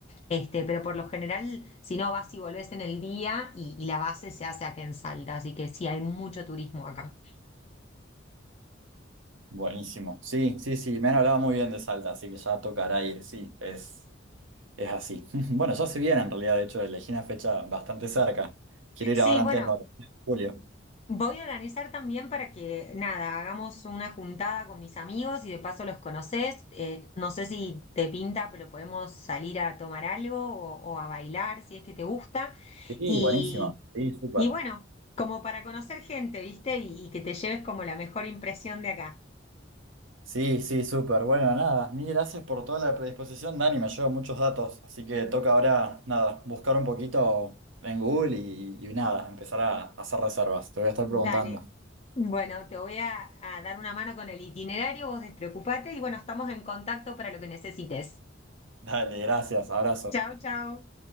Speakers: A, on the left; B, on the right.
A: este, pero por lo general, si no, vas y volvés en el día y, y la base se hace aquí en Salta, así que sí, hay mucho turismo acá.
B: Buenísimo. Sí, sí, sí, me han hablado muy bien de Salta, así que ya tocará ir, sí, es, es así. <laughs> Bueno, ya se viene en realidad, de hecho, elegí una fecha bastante cerca. Quiero ir
A: Sí,
B: ahora antes
A: bueno,
B: de las vacaciones de julio.
A: voy a organizar también para que, nada, hagamos una juntada con mis amigos y de paso los conoces, eh, no sé si te pinta, pero podemos salir a tomar algo o o a bailar si es que te gusta.
B: Sí,
A: Y
B: buenísimo. Sí, súper.
A: Y bueno, como para conocer gente, ¿viste? Y, y que te lleves como la mejor impresión de acá.
B: Sí, sí, súper. Bueno, nada, mil gracias por toda la predisposición, Dani, me llevo muchos datos, así que toca ahora, nada, buscar un poquito en Google y, y nada, empezar a hacer reservas. Te voy a estar
A: Dale.
B: preguntando.
A: Bueno, te voy a, a dar una mano con el itinerario, vos despreocupate y bueno, estamos en contacto para lo que necesites.
B: Dale, gracias, abrazo.
A: Chao, chao.